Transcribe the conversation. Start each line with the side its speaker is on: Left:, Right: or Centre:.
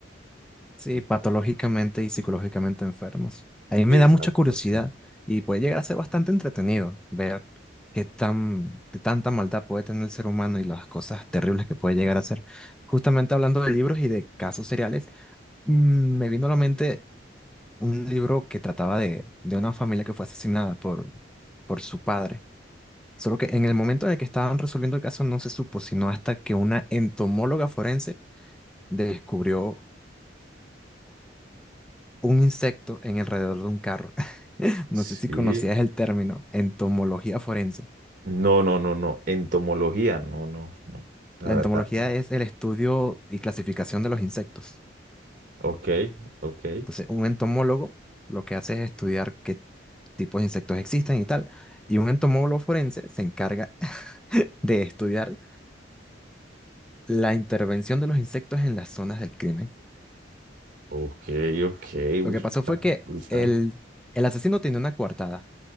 Centre: Sí,
Right: Y-
Centre: patológicamente y psicológicamente enfermos. A mí
Right: Exacto,
Centre: me da mucha curiosidad
Right: sí.
Centre: y puede llegar a ser bastante entretenido ver qué tan, qué tanta maldad puede tener el ser humano y las cosas terribles que puede llegar a ser. Justamente hablando de libros y de casos seriales, mm, me vino a la mente un libro que trataba de, de una familia que fue asesinada por, por su padre. Solo que en el momento en el que estaban resolviendo el caso no se supo, sino hasta que una entomóloga forense descubrió un insecto en alrededor de un carro. <laughs> No
Right: Sí.
Centre: sé si conocías el término entomología forense.
Right: No, no, no, no. Entomología, no, no, no. La
Centre: La
Right: verdad,
Centre: entomología
Right: no.
Centre: es el estudio y clasificación de los insectos.
Right: Ok, ok,
Centre: Entonces, un entomólogo lo que hace es estudiar qué tipos de insectos existen y tal. Y un entomólogo forense se encarga <laughs> de estudiar la intervención de los insectos en las zonas del crimen.
Right: ok, ok. Uf,
Centre: Lo que pasó
Right: está
Centre: fue que
Right: brutal.
Centre: el, el asesino tenía una coartada,